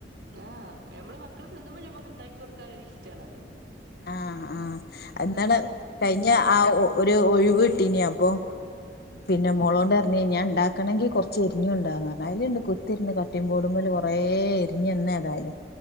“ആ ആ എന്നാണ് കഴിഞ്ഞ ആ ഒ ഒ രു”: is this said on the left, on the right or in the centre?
Left